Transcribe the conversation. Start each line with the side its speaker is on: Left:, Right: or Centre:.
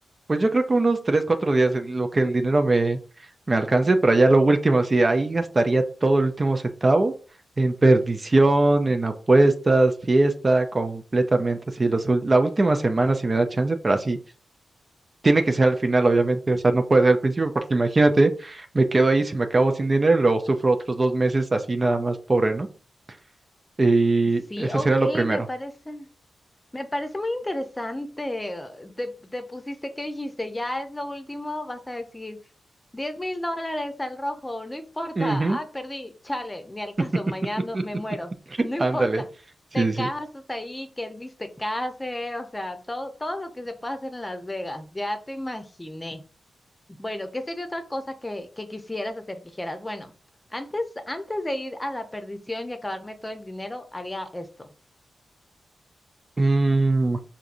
Right: pues yo creo que unos tres, cuatro días en lo que el dinero me, me alcance, pero ya lo último, sí, ahí gastaría todo el último centavo en perdición, en apuestas, fiesta, completamente así, los ul- la última semana si me da chance, pero así tiene que ser al final, obviamente, o sea, no puede ser al principio, porque imagínate, me quedo ahí, si me acabo sin dinero, y luego sufro otros dos meses así nada más pobre, ¿no? Y
Left: Sí,
Right: eso
Left: ok,
Right: sería lo primero.
Left: me parece. Me parece muy interesante. Te, te pusiste, ¿qué dijiste? Ya es lo último, vas a decir diez mil dólares al rojo, no importa.
Right: Ujú.
Left: Ah, perdí, chale, ni al caso,
Right: <laughs>
Left: mañana no- me muero, no importa.
Right: Ándale, sí,
Left: Te
Right: sí,
Left: casas
Right: sí.
Left: ahí, que Elvis te case, o sea, todo, todo lo que se puede hacer en Las Vegas, ya te imaginé. Bueno, ¿qué sería otra cosa que, que quisieras hacer? Que dijeras, bueno, antes, antes de ir a la perdición y acabarme todo el dinero, haría esto.
Right: Mm,